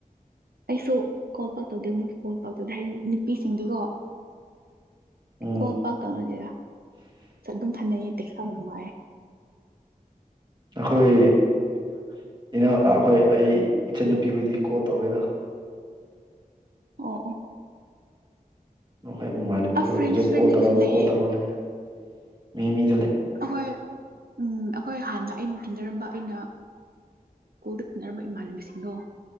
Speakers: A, on the right; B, on the right.
A: ꯑꯩꯁꯨ ꯀꯣꯜ ꯄꯥꯛ ꯇꯧꯗꯦ ꯃꯣꯏꯁꯨ ꯀꯣꯜ ꯄꯥꯛ ꯇꯧꯗꯦ ꯍꯥꯏꯗꯤ ꯅꯨꯄꯤꯁꯤꯡꯒꯤꯀꯣ
B: ꯎꯝ
A: ꯀꯣꯄꯥ ꯀꯔꯥ ꯊꯌꯦꯦ ꯅꯨꯡꯉꯥꯏ
B: ꯑꯩꯈꯣꯏ ꯏꯩꯅ ꯑꯩꯈꯣꯏ ꯑꯩ ꯏꯆꯟꯟꯅꯨꯄꯤ ꯍꯣꯏꯗꯤ ꯀꯣꯜ ꯇꯧꯋꯦꯗ
A: ꯑꯣ ꯑꯣ
B: ꯍꯣꯏ
A: ꯑꯁ ꯐ꯭ꯔꯦꯟꯁ
B: ꯃꯤꯗꯤꯑꯣ
A: ꯐ꯭ꯔꯦꯟꯗꯒꯤꯁꯨ
B: ꯀꯣ ꯇꯧꯔ
A: ꯂꯩꯌꯦ
B: ꯀꯣ ꯇꯧꯔ ꯂ ꯂꯩ ꯃꯤꯃꯤ
A: ꯑꯩꯈꯣꯏ ꯎꯝ ꯑꯩꯈꯣꯏ ꯍꯥꯟꯅ ꯑꯩꯅ ꯇꯤꯟꯅꯔꯝꯕ ꯑꯩꯅ ꯁ꯭ꯀꯨꯜꯗ ꯇꯤꯟꯅꯔꯝꯕ ꯏꯃꯥꯟꯅꯕꯤꯁꯤꯡꯗꯣ